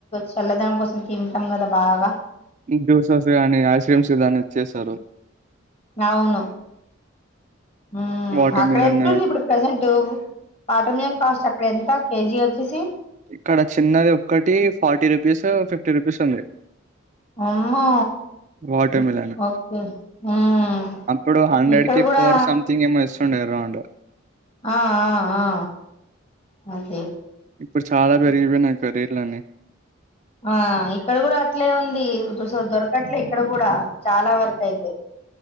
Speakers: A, on the left (about 30°); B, on the right (about 35°).
A: చల్లదనం కోసం తింటాం కదా బాగా
B: జ్యూసెస్ గానీ ఐస్ క్రీమ్స్ కాని చేస్తారు
A: అవును ఉ
B: వాటర్
A: అక్కడ
B: మిలన్
A: ఎట్టుంది ఇప్పుడు ప్రజెంట్ పాటమియం కాస్ట్ అక్కడ ఎంత కేజీ వచ్ చేసి
B: ఇక్కడ చిన్నది ఒక్కటి ఫార్టీ రూపీస్ ఫిఫ్టీ రూపీస్ ఉంది
A: అమ్మో
B: వాటర్ మిలన్
A: ఓకే మ్మ్
B: అప్పుడు హండ్రెడ్
A: ఇక్కడ
B: కి
A: కూడా
B: ఫోర్ సంథింగ్ <unintelligible>
A: ఆ ఆ ఆ అదే
B: ఇప్పుడు చాలా పెరిగిపోయినాయక్క రేట్లన్నీ
A: ఆ ఇక్కడ కూడా అట్లే ఉంది దొరకట్లే ఇక్కడ కూడా చాలా వరకయితే